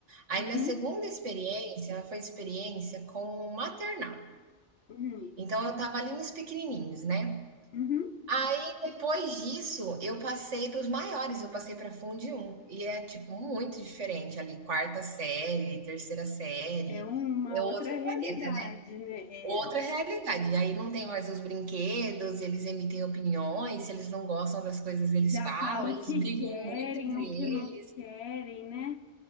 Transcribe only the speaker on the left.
Uhum,
uhum.
Uhum.
É uma
outra
realidade,
né?
É,
já
fala o
que
querem,
o
que não querem, né?